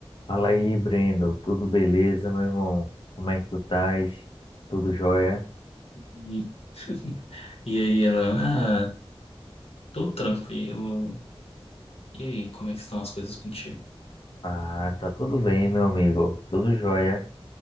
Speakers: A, on the left; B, on the left.
A: Fala aí, Brendo. Tudo beleza, meu irmão? Como é que tu estás? Tudo jóia?
B: E, <laughs> e aí ela, ah, tô tranquilo. E aí, como é que estão as coisas contigo?
A: Ah, tá tudo bem, meu amigo. Tudo jóia.